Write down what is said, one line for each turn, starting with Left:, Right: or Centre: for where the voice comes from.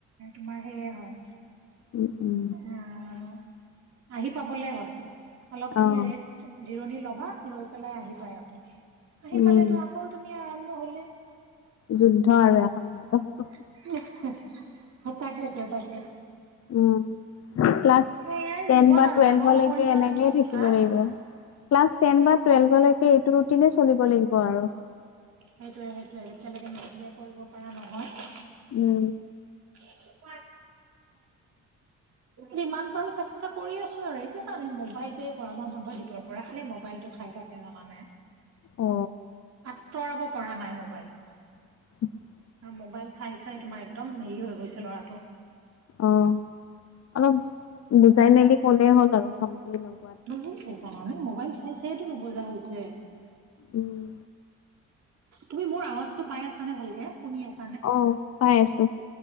Right: তোমাৰ সেইয়ে হয়।
Left: উম-উম।
Right: আহ আহি পাবলে হয়। অলপ তুমি
Left: অ',
Right: ৰেষ্ট জিৰণি ল'বা লৈ পেলাই আহি পাই আকৌ। আহি
Left: উম,
Right: পালেতো আকৌ তুমি আৰম্ভ হ'লেই।
Left: যুদ্ধ আৰু এখনেই <unintelligible>
Right: <unintelligible> অঁ! তাকে এতিয়া তাকে।
Left: উম! ক্লাছ
Right: সেয়াই
Left: টেন
Right: জীৱন
Left: বা
Right: আৰু
Left: টুৱেলভলৈকে
Right: ডাঙৰ কৰিবা
Left: এনেকেই
Right: তুমি
Left: থাকিব
Right: হা
Left: লাগিব। ক্লাছ টেন বা টুৱেলভলৈকে এইটো ৰুটিনেই চলিব লাগিব আৰু।
Right: সেইটোৱে-সেইটোৱে। যেতিয়ালৈকে নিজে কৰিব পৰা নহয়
Left: উম।
Right: <unintelligible> যিমান পাৰো চেষ্টা কৰি আছোঁ আৰু। এতিয়া চা না মোবাইলটোৱে গৰমৰ বন্ধ দিব পৰা খালি মোবাইলটো চাই থাক থাকে জানানে।
Left: অ!
Right: আঁতৰাব পৰা নাই মোবাইল।
Left: <unintelligible>
Right: মোবাইল চাই-চাই তোমাৰ একদম হেৰি হৈ গৈছে ল'ৰাটো।
Left: অঁ! অলপ বুজাই মেলি ক'লেই হ'ল আৰু ধমকিৰ লগত।
Right: নুবুজে জানানে? মোবাইল চাই চাইয়েটো নুবুজা হৈছে।
Left: উম।
Right: তুমি মোৰ আৱাজটো পাই আছা নে ভালকে? শুনি আছ
Left: অঁ! পাই আছোঁ।